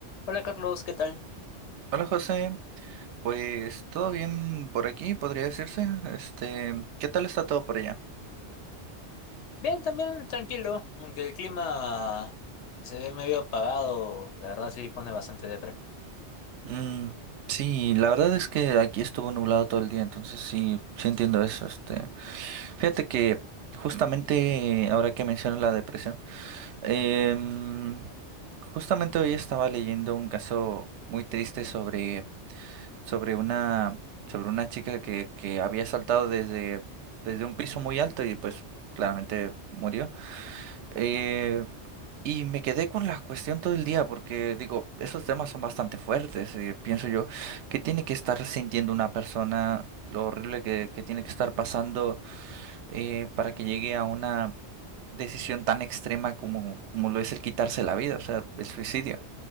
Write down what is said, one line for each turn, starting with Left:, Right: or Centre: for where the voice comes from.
Left: Hola Carlos, ¿qué tal?
Right: Hola José, pues todo bien por aquí, podría decirse. Este, ¿qué tal está todo por allá?
Left: Bien, también tranquilo, aunque el clima se ve medio apagado, la verdad sí pone bastante depre.
Right: Mm, sí, la verdad es que aquí estuvo nublado todo el día, entonces sí, sí entiendo eso. Este, fíjate que justamente ahora que mencionas la depresión, em, justamente hoy estaba leyendo un caso muy triste sobre sobre una sobre una chica que que había saltado desde desde un piso muy alto y pues claramente murió. Eh, Y me quedé con la cuestión todo el día porque digo, esos temas son bastante fuertes. eh, pienso yo, que tiene que estar sintiendo una persona? Lo horrible que, que tiene que estar pasando eh, para que llegue a una decisión tan extrema como, como lo es el quitarse la vida, o sea, el suicidio.